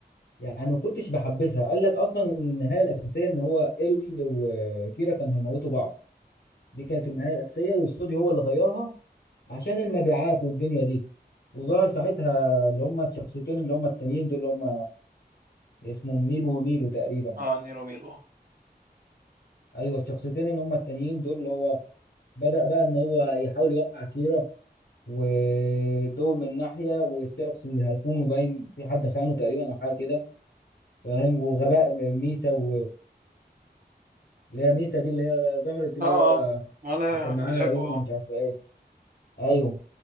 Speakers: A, on the left; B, on the right.
A: يعني ما كنتش بحبذها قال لك اصلا النهايه الاساسيه ان هو ال وكيرا كانوا هيموتوا بعض دي كانت النهايه الاساسيه والاستوديو هو اللي غيرها عشان المبيعات والدنيا دي وظهر ساعتها اللي هم الشخصيتين اللي هم التانيين دول اللي هم اسمهم نيل وميلو تقريبا
B: اه نيرو ميلو اه
A: ايوه الشخصيتين اللي هم التانيين دول اللي هو بدأ بقى ان هو يحاول يوقع كيرا ودول من ناحية والشخص اللي هيخونه باين في حد خانه تقريبا او حاجة كده فاهم وغباء ميسا و اللي هي ميسا دي اللي هي ظهرت دي اللي
B: اه
A: هو
B: ولا
A: اللي كان
B: كانت
A: معاها
B: بتحبه
A: العيون
B: اه
A: ومش عارف ايه ايوه